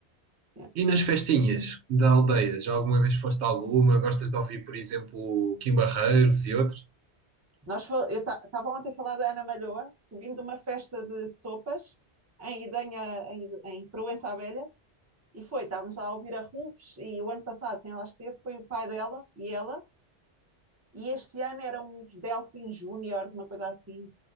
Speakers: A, on the right; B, on the right.
A: Yeah.
B: E nas festinhas da aldeia? Já alguma vez foste a alguma? Gostas de ouvir, por exemplo, Kim Barreiros e outros?
A: Nós, fal- eu estava ontem a falar da Ana Malhoa, que vim de uma festa de sopas em Idenha, em, em Proença à Velha, e foi, estávamos lá a ouvir a Ruves, e o ano passado quem lá esteve foi o pai dela e ela, e este ano eram uns Delfins Júniores, uma coisa assim.